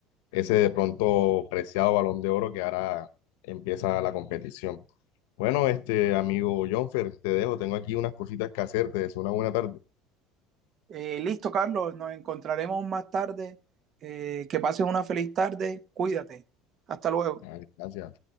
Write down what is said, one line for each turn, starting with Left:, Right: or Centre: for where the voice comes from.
Left: ese de pronto preciado Balón de Oro que ahora empieza la competición. Bueno, este amigo Jonfer, te dejo, tengo aquí unas cositas que hacerte, es una buena tarde.
Right: Eh, listo, Carlos, nos encontraremos más tarde. Eh, que pases una feliz tarde. Cuídate. Hasta luego.
Left: Ah, Gracias.